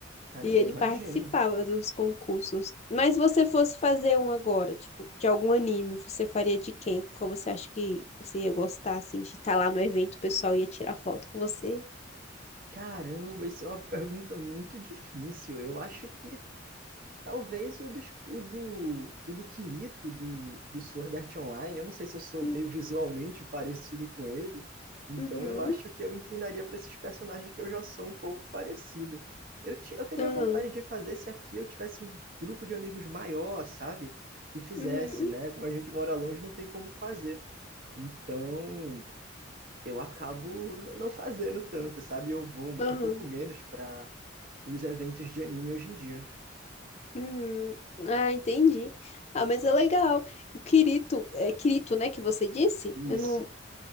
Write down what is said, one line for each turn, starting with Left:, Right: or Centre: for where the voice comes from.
Right: Caramba,
Left: E ele
Right: eu imagino.
Left: participava dos concursos. Mas se você fosse fazer um agora, tipo, de algum anime, você faria de quem? Qual você acha que você ia gostar, assim, de estar lá no evento, o pessoal ia tirar foto com você?
Right: Caramba, isso é uma pergunta muito difícil. Eu acho que Talvez o, dos- o do, o do Kirito, do, do Sword Art Online. Eu não sei se eu sou
Left: Hum,
Right: meio visualmente parecido com ele, então
Left: Uhum,
Right: eu acho que eu inclinaria para esses personagens que eu já sou um pouco parecido. Eu, ti- eu teria
Left: aham,
Right: vontade de fazer se aqui eu tivesse um grupo de amigos maior, sabe? Que fizesse,
Left: uhum,
Right: né? Como a gente mora longe, não tem como fazer. Então eu acabo n- não fazendo tanto, sabe? Eu vou
Left: aham,
Right: um pouco menos para os eventos de anime hoje em dia.
Left: uhum. Ah, entendi. Ah, mas é legal. O Kirito, é Kirito, né, que você disse? Eu
Right: Isso.
Left: não,